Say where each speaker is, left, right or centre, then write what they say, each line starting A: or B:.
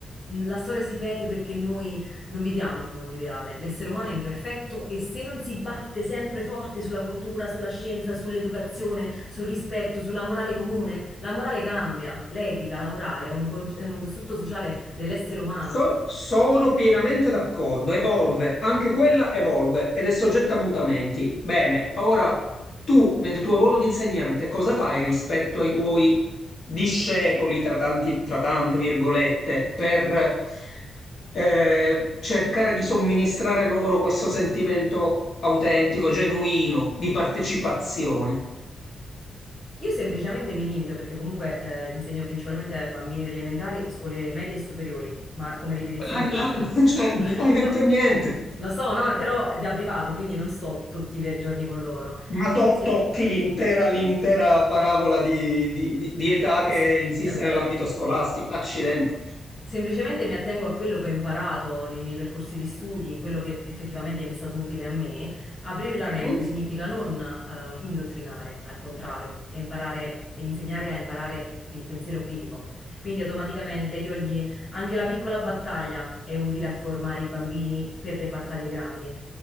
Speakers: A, on the left; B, on the left.
A: mh, la storia si ripete perché noi non viviamo in un mondo ideale, l'essere umano è imperfetto e se non si batte sempre forte sulla cultura, sulla scienza, sull'educazione, sul rispetto, sulla morale comune, la morale cambia, l'etica, la morale è un, con- è un costrutto sociale dell'essere umano.
B: So- sono pienamente d'accordo, evolve, anche quella evolve ed è soggetta a mutamenti. Bene, ora tu nel tuo ruolo di insegnante cosa fai rispetto ai tuoi discepoli, tra tanti, tra tante virgolette, per eh, cercare di somministrare loro questo sentimento autentico, genuino, di partecipazione?
A: Io semplicemente mi limito, perché comunque eh, insegno principalmente a bambini delle elementari, scuole medie e superiori, ma come ripetizioni
B: La-
A: private.
B: la- <laughs> cioè, non
A: Mi limito,
B: hai detto niente.
A: lo so, no? Però è da privato, quindi non sto tutti i giorni con loro.
B: Ma to-
A: Sempli-
B: tocchi
A: <laughs>
B: l'intera l'intera parabola di, di- di- di età che
A: sì,
B: insiste
A: è vero.
B: nell'ambito scolastico. Accidenti.
A: Semplicemente mi attengo a quello che ho imparato nei miei percorsi di studi, in quello che effettivamente mi è stato utile a me. Aprire la
B: Mhm.
A: mente significa non eh, indottrinare, al contrario, e imparare e insegnare a imparare il pensiero critico. Quindi automaticamente io gli anche la piccola battaglia è utile a formare i bambini per le battaglie grandi.